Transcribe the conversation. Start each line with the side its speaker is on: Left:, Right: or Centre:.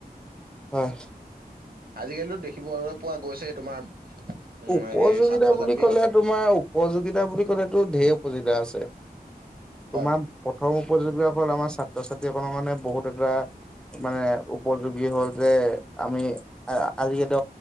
Centre: হয়।
Right: আজিকালিতো দেখিবলৈ পোৱা গৈছে তোমাৰ। উম
Centre: উপযোগিতা
Right: সেই ছাত্ৰ
Centre: বুলি
Right: ছাত্ৰী
Centre: ক'লে
Right: হওক
Centre: তোমাৰ উপযোগিতা বুলি ক'লেতো ধঢেৰ উপযোগিতা আছে।
Right: হয়
Centre: তোমাৰ প্ৰথম উপযোগা হ'ল আমাৰ ছাত্ৰ-ছাত্ৰীসকলৰ কাৰানে বহুত এটা মানে উপযোগী হ'ল যে আমি আজিকালি